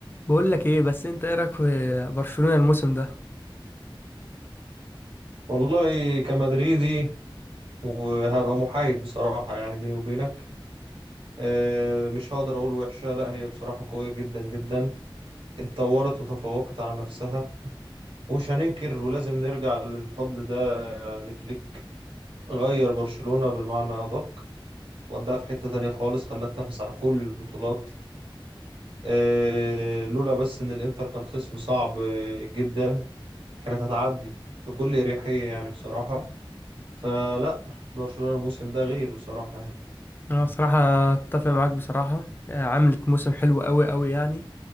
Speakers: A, on the left (about 25°); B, on the right (about 75°).
A: بقول لك ايه بس انت ايه رايك في برشلونة الموسم ده
B: والله كمدريدي وهبقى محايد بصراحة يعني بيني وبينك آه، مش هقدر أقول وحشة لا هي بصراحة قوية جدا جدا اتطورت وتفوقت على نفسها ومش هننكر ولازم نرجع للفضل ده آه، لفليك غير برشلونة بالمعنى أدق وداها في حتة تانية خالص خلاها تنافس على كل البطولات آه، لولا بس إن الإنتر كان خصم صعب آه، جدا كانت هتعدي بكل أريحية يعني بصراحة فلا برشلونة الموسم ده غير بصراحة يعني
A: انا بصراحة اتفق معاك بصراحة آه، عملت موسم حلو قوي قوي يعني